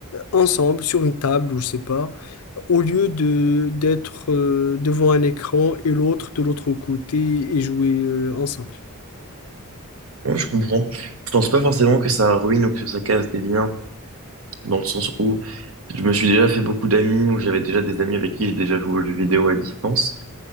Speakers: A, on the left; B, on the right.
A: ensemble sur une table ou je sais pas, au lieu de d'être euh, devant un écran et l'autre de l'autre côté et jouer euh, ensemble.
B: ouais, je comprends. Je pense pas forcément que ça ruine ou que ça casse des liens, dans le sens où je me suis déjà fait beaucoup d'amis, ou j'avais déjà des amis avec qui j'ai déjà joué aux jeux vidéo à distance.